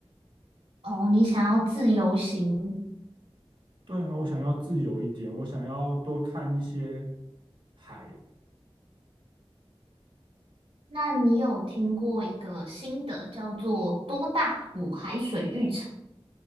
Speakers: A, on the right; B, on the right.
A: 哦，你想要自由行？
B: 对啊，我想要自由一点，我想要多看一些海、
A: 那你有听过一个新的叫做多大浦海水浴场？